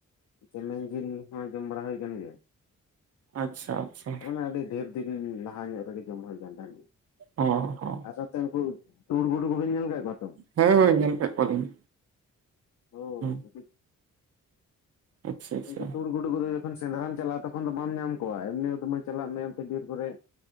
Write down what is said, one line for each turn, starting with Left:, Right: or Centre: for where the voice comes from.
Left: ᱪᱮᱢᱮᱧ ᱡᱤᱞ ᱦᱚᱸ ᱡᱚᱢ ᱵᱟᱲᱟ ᱦᱩᱭ ᱟᱠᱟᱱ ᱜᱮᱭᱟ
Right: ᱟᱪᱪᱷᱟ ᱟᱪᱪᱷᱟ
Left: ᱩᱱᱮ ᱟᱹᱰᱤ ᱰᱷᱮᱨ ᱫᱤᱱ ᱞᱟᱦᱟ ᱧᱚᱜ ᱨᱮᱜᱮ ᱡᱚᱢ ᱦᱩᱭ ᱟᱠᱟᱱ ᱛᱟᱦᱮᱸᱱ
Right: ᱚ
Left: ᱟᱨ ᱥᱟᱸᱣᱛᱮ ᱩᱱᱠᱩ ᱛᱩᱲ ᱜᱩᱲᱩ ᱠᱚᱵᱤᱱ ᱧᱮᱞ ᱠᱟᱜ ᱠᱚᱣᱟ ᱛᱚ
Right: ᱦᱮᱸ ᱦᱳᱭ ᱧᱮᱞ ᱠᱮᱫ ᱠᱚᱣᱟᱞᱤᱧ᱾
Left: ᱦᱳᱭ
Right: ᱦᱮᱸ ᱟᱪᱪᱷᱟ ᱟᱪᱪᱷᱟ
Left: ᱩᱱᱠᱩ ᱛᱩᱲ ᱜᱩᱰᱩ ᱠᱚᱫᱚ ᱡᱚᱠᱷᱚᱱ ᱥᱮᱸᱫᱽᱨᱟᱟᱢ ᱪᱟᱞᱟᱜᱼᱟ ᱛᱚᱠᱷᱚᱱ ᱵᱟᱢ ᱧᱟᱢ ᱠᱚᱣᱟᱼᱟ ᱮᱢᱱᱤ ᱫᱚᱢ ᱪᱟᱞᱟᱜ ᱢᱮᱱᱛᱮ ᱵᱤᱨ ᱠᱚᱨᱮ